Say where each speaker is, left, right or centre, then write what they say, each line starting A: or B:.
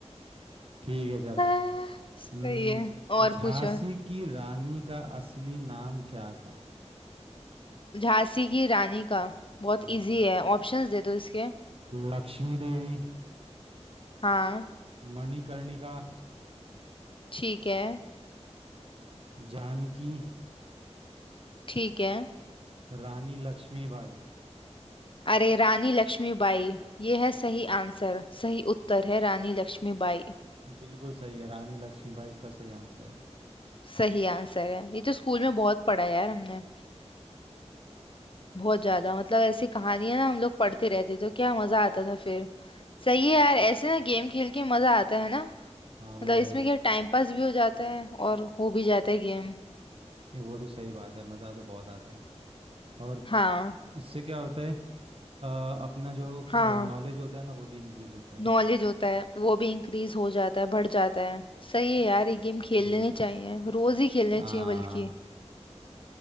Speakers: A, on the right; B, on the left.
A: ठीक है चल
B: <laughs> सही
A: हम्म
B: है और
A: झांसी
B: पूछो
A: की रानी का असली नाम क्या था
B: झांसी की रानी का बहुत
A: हम्म
B: इजी है ऑप्शंस दे दो इसके
A: लक्ष्मी देवी
B: हाँ
A: मणिकर्णिका
B: ठीक है
A: जानकी
B: ठीक है
A: रानी लक्ष्मीबाई
B: अरे रानी लक्ष्मीबाई ये है
A: हम्म,
B: सही आंसर सही उत्तर है रानी लक्ष्मीबाई
A: बिल्कुल सही है रानी लक्ष्मीबाई इसका सही आंसर है
B: सही आंसर है ये तो स्कूल में बहुत पढ़ा है यार हमने बहुत ज्यादा मतलब ऐसी कहानियां ना हम लोग पढ़ते रहते तो क्या मजा आता था फिर सही है यार ऐसे ना गेम खेल के मजा आता है ना
A: हाँ वो
B: मतलब
A: है
B: इसमें
A: हम्म
B: क्या टाइम पास भी हो जाता है और हो भी जाता है गेम
A: नहीं वो तो सही बात है मज़ा तो बहुत आता है और
B: हाँ
A: इससे क्या होता है अ, अपना जो
B: हाँ
A: नॉलेज होता है ना वो भी इंक्रीज होता है
B: नॉलेज होता है वो भी इंक्रीज हो जाता है बढ़ जाता है सही है यार ये गेम खेल
A: हम्म
B: लेने चाहिए रोज ही खेलने
A: हाँ
B: चाहिए बल्कि